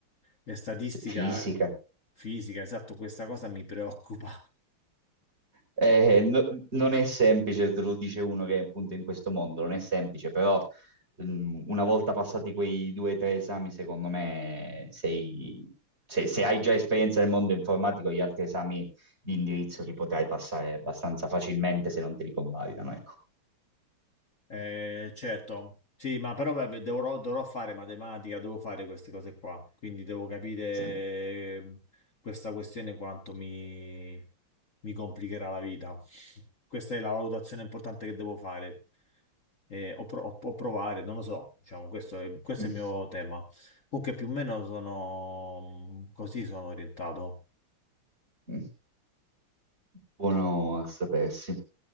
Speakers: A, on the left; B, on the right.
A: e statistica,
B: cioè, fisica.
A: fisica, esatto, questa cosa mi preoccupa.
B: Eh, no- non è semplice, te lo dice uno che è appunto in questo mondo, non è semplice, però mm, una volta passati quei due o tre esami, secondo me sei... Se, se hai già esperienza nel mondo informatico, gli altri esami di indirizzo li potrai passare abbastanza facilmente se non te li convalidano, ecco.
A: Eh, certo, sì, ma però vabbè, dovrò, dovrò fare matematica, devo fare queste cose qua, quindi devo capire
B: Sì.
A: eh, questa questione quanto mi, mi complicherà la vita. Questa è la valutazione importante che devo fare. Eh, o, pro- o- o provare, non lo so, diciamo, questo è, questo
B: Mm.
A: è il mio tema. Comunque più o meno sono mm, così sono orientato.
B: Mm. Buono a sapersi.